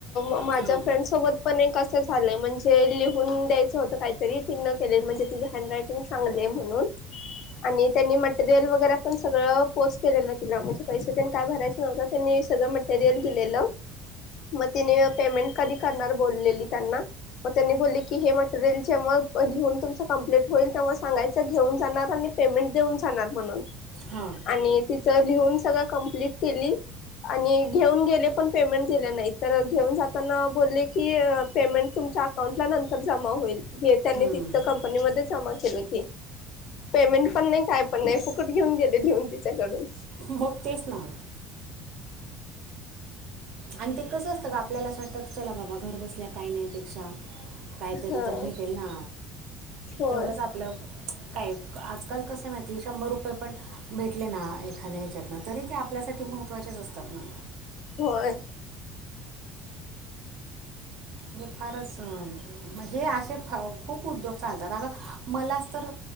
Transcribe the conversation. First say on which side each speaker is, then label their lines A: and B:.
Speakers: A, on the left; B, on the right.
A: अ माझ्या
B: हां
A: फ्रेंड सोबत पण एक अस असं झालंय म्हणजे लिव लिहून द्यायच होत कायतरी तिन केल म्हणजे तिचं हॅन्ड रायटिंग चांगलेय म्हणून आणि त्यांनी मटेरियल वगैरे पण सगळं पोचं केलेलं तिला म्हणजे पैसे तेन काय भरायच नव्हत त्यांनी सगळं मटेरियल दिलेलं. म तिने पेमेंट कधी करणार बोललेली त्यांना म त्यांनी बोलले की हे मटेरियल जेव्हा लिहून तुमचं कम्प्लीट होईल तेव्हा सांगायचं घेऊन जाणार आणि पेमेंट देऊन जाणार म्हणून
B: हा
A: आणि तिचं लिहून सगळं कंप्लीट केली. आणि घेऊन गेले पण पेमेंट दिले नाय तर घेऊन जाताना बोलले की पेमेंट तुमच्या आ अकाउंटला नंतर जमा होईल. हे त्यांनी
B: हम्म.
A: तिथं कंपनीमध्ये जमा केलं की पेमेंट पण नाही काय पण नाही फुकट घेऊन गेले लीहून तिच्याकडून
B: मग तेच ना आणि ते कसं असतं ग आपल्याला अस वाटत चला बाबा घर बसल्या काय नाय पेक्षा कायतरी
A: हा
B: तर भेटेल ना
A: होय
B: तेवढंच आपलं काय आजकाल कस माहिती शंभर रुपये पण भेटले ना एखाद्या ह्याच्यात ना तरी ते आपल्यासाठी महत्त्वाचेच असतात ना.
A: होय.
B: हे फारच अ म हे असे फ खूप उद्योग चालतात अग मलाच तर